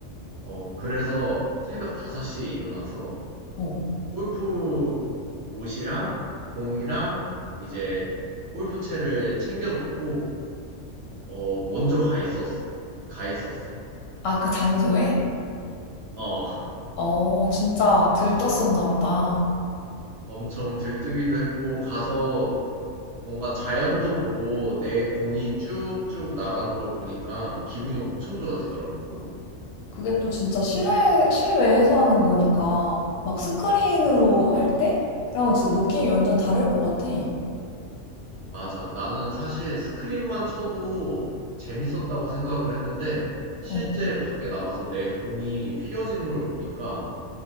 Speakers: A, on the right; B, on the left.
A: 어 그래서 새벽 5섯시에 일어나서
B: 어.
A: 골프 옷이랑 공이랑 이제 골프채를 챙겨 놓고 어 먼저 가 있었 가 있었어.
B: 아, 그 장소에?
A: 어. <laughs>
B: 어, 진짜 들떴었나 보다.
A: 엄청 들뜨기도 했고 가서 뭔가 자연도 보고 내 공이 쭉쭉 나가는 걸 보니까 기분이 엄청 좋아지더라고.
B: 그게 또 진짜 실외, 실외에서 하는 거니까, 막 스크린으로 할 때랑 진짜 느낌이 완전 다를 것 같아.
A: 맞아. 나는 사실 스크린만 쳐도 재밌었다고 생각을 했는데, 실제
B: 어,
A: 밖에 나가서 내 공이 휘어지는 걸 보니까,